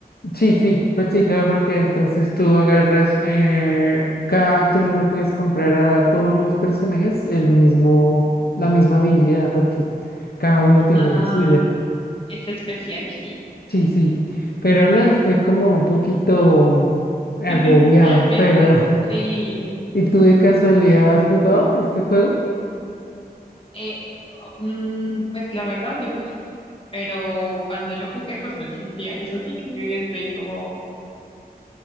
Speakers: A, on the left; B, on the left.
A: Sí, sí, pues sí, claro, porque entonces tú agarras, eh, cada, tú no le puedes comprar a todos los personajes el mismo,
B: Ujú.
A: la misma habilidad, porque cada uno tiene
B: Ah,
A: la suya.
B: es especial, sí.
A: Sí, sí, pero no, estoy como un poquito mm, agobiado,
B: <laughs> entonces
A: pero <laughs>
B: sí.
A: ¿y tú de casualidad has jugado este juego?
B: Eh, oh, mm, pues la verdad, muy poquito. Pero cuando yo jugué, pues no existía eso, así que estoy como...